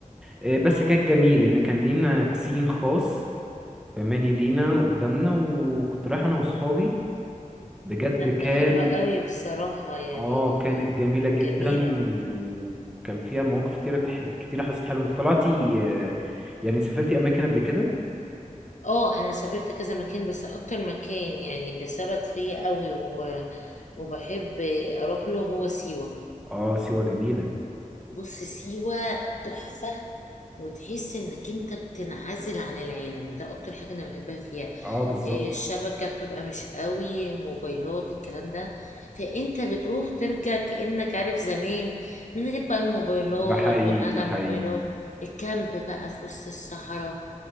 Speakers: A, in the centre; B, on the left.
A: آه، بس
B: اه
A: كان جميل ان كان لينا بسين خاص فماني لينا قدامنا وكنت رايح انا واصحابي بجد
B: لا
A: كان
B: ده حلوة قوي بصراحة يعني
A: اه كانت جميلة جدا
B: جميلة
A: وكان فيها مواقف كتيرة كتيرة حسيت حلوة انت طلعتي آه، يعني سافرتي اماكن قبل كده
B: اه انا سافرت كذا مكان بس اكتر مكان يعني اللي ثبت فيا قوي و... وبحب اروح له هو سيوة
A: اه سيوة جميلة
B: بص سيوة تحفة وتحس انك انت بتنعزل عن العالم ده اكتر حاجة انا بحبها فيها
A: اه بالظبط
B: إيه، الشبكة بتبقى مش قوي موبايلات الكلام ده فانت بتروح ترجع كأنك عارف زمان من غير بقى الموبايلات
A: ده حقيقي
B: والقعدة
A: ده
B: على
A: حقيقي
B: الموبايلات الكامب بقى في وسط الصحراء